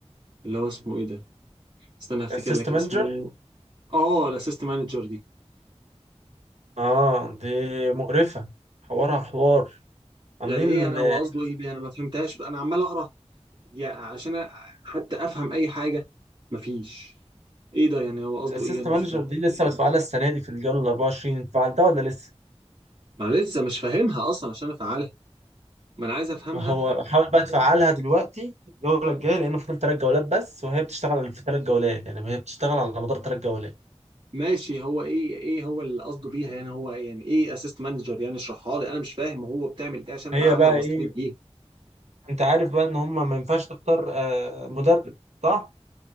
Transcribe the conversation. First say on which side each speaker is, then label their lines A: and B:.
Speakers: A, on the right; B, on the right.
A: اللي هو اسمه ايه ده استنى افتكر
B: اسيست
A: لك
B: مانجر
A: اسمه اه الاسيست مانجر دي
B: اه دي مقرفة حوارها حوار
A: يعني
B: عاملين
A: ايه انا هو قصده ايه بيها انا ما فهمتهاش انا عمال اقرا يعني عشان أ- حتى افهم اي حاجه مفيش ايه ده يعني هو قصده
B: الاسيست
A: ايه انا
B: مانجر
A: مش فاهم
B: دي لسه بتفعلها السنة دي في الجولة ال 24 فعلتها ولا لسه؟
A: ما أنا لسه مش فاهمها اصلا عشان افعلها ما انا عايز افهمها
B: ما هو بحاول بقى تفعلها دلوقتي الجولة الجاية لأن فاضل تلات جولات بس وهي بتشتغل في تلات جولات يعني هي بتشتغل على مدار تلات جولات
A: ماشي هو ايه ايه هو اللي قصده بيها يعني هو إيه يعني ايه اسيست مانجر يعني اشرحها لي انا مش فاهم هو بتعمل ايه عشان افعلها
B: هي بقى
A: واستفيد
B: إيه
A: بيها
B: أنت عارف بقى إن هما ما ينفعش تختار آه، مدرب صح؟